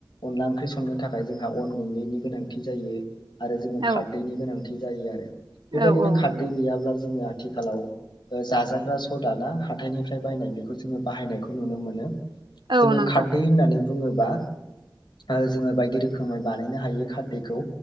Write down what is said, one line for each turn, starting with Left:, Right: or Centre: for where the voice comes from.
Left: अनला ओंख्रि संनो थाखाय जोंहा अन गुन्दैनि गोनांथि जायो आरो जोङो
Right: औ
Left: खारदैनि गोनांथि जायो आरो बेबायदिनो
Right: औ औ
Left: खारदै
Right: नंगौ
Left: गैयाब्ला जोङो आथिखालाव जाजाग्रा सदाना हाथथायनिफ्राय बायनाय बेखौ जोङो बाहायनायखौ नुनो मोनो
Right: औ
Left: जोङो
Right: नंगौ
Left: खारदै होननानै बुङोबा आरो जोङो बायदि रोखोमै बानायनो हायो खारदैखौ